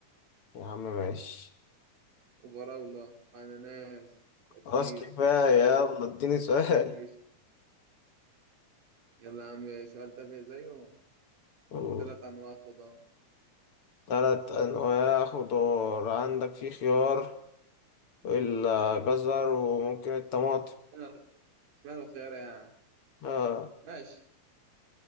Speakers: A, on the left; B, on the right.
A: يا عم ماشي
B: وفراولة وأناناس وبطيخ
A: خلاص كفاية
B: خوخ
A: يلا اديني سؤال
B: ومشمش يلا يا عم سؤال تافه زيه
A: قول.
B: تلات أنواع خضار
A: تلات أنواع خضار عندك في خيار الجزر وممكن الطماطم
B: اشمعنى اشمعنى الخيار يعني
A: آه
B: ماشي